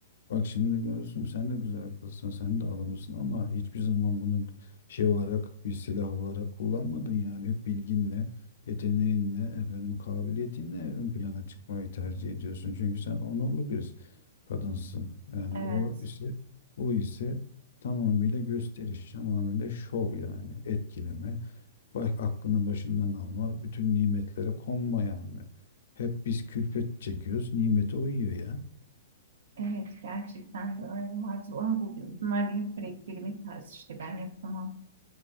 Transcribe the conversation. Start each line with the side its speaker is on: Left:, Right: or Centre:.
Left: Bak şimdi görürsün sen de güzel kızsın, sen de alımlısın ama hiçbir zaman bunu şey olarak bir silah olarak kullanmadın yani. Hep bilginle, yeteneğinle, efendim kabiliyetinle ön plana çıkmayı tercih ediyorsun. Çünkü sen onurlu bir kadınsın. Yani
Right: Evet.
Left: o ise o ise tamamıyla gösteriş, tamamıyla şov yani etkileme. Bak aklını başından alma, bütün nimetlere konma yani. Hep biz külfet çekiyoruz, nimeti o yiyor ya.
Right: Evet gerçekten de öyle maalesef onu buluyorum. Bunlar benim karakterimin tarzı işte ben yapamam.